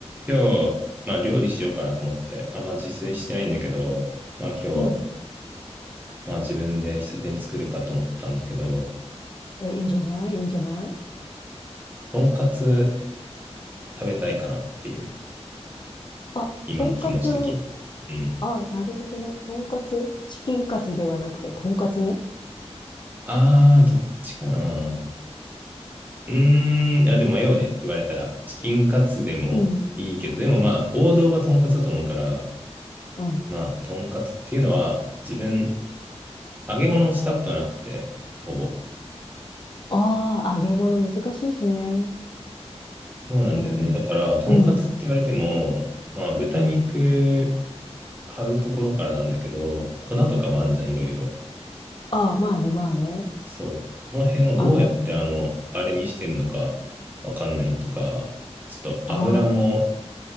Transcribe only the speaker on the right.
今日、まあ料理しようかなと思ってて、あんま自炊してないんだけど、まあ今日、
まあ自分で久しぶりに作るかと思ったんだけど、
とんかつ食べたいかなっていう、
今の気持ち的に。
うん。
あー、どっちかな。うーん、あ、でも迷うね。言われたら。チキンカツでもいいけど、
でもまあ王道はとんかつだと思うから、
まあとんかつっていうのは自分揚げ物をしたことなくて、ほぼ。
そうなんだよね。
だから、とんかつって言われても、
まあ、豚肉
買うところからなんだけど、粉とかもあんじゃん、いろいろ。
そう。この辺をどうやって、
あの、あれにしてんのか、わかんないのとか、ちょっと油も、